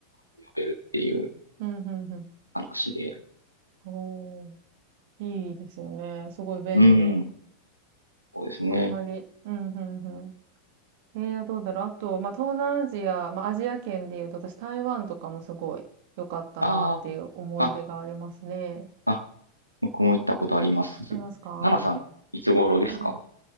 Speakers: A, on the right; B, on the right.
A: 呼べるっていう
B: うん、うん、うん。
A: 話で。
B: ほう。いいですよね。すごい便利で。
A: うん。そうですね。
B: あんまり。うん、うん、うん。えー、どうだろう。あと、まあ、東南アジア、まあ、アジア圏で言うと、私、台湾とかもすごい良かったなっていう思い出がありますね。
A: ああ、あ、あ、僕も行ったことあります。
B: ありますか
A: ナナさん、いつ頃ですか
B: うんうん